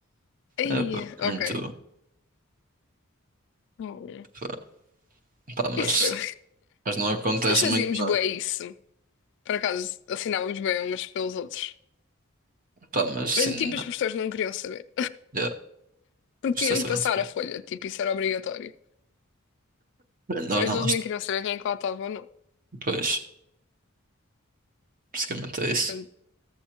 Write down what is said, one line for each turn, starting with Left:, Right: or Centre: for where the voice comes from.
Left: Ia,
Right: É, pá,
Left: ok.
Right: muito.
Left: Oh, yeah.
Right: Pá, pá, mas,
Left: Isso foi.
Right: mas não acontece
Left: Nós fazíamos
Right: muito nada.
Left: bué isso. Por acaso, assinávamos bem umas pelos outros.
Right: Pá, mas
Left: Mas
Right: sim,
Left: tipo,
Right: na-
Left: as pessoas não queriam saber.
Right: já,
Left: Porque
Right: vocês
Left: tinham
Right: também
Left: de passar
Right: não se
Left: a folha, tipo, isso era obrigatório.
Right: preocupem. Nós
Left: Mas
Right: não,
Left: eles
Right: nós.
Left: nem queriam saber quem é que lá estava ou não.
Right: Pois, basicamente é isso.
Left: Portanto,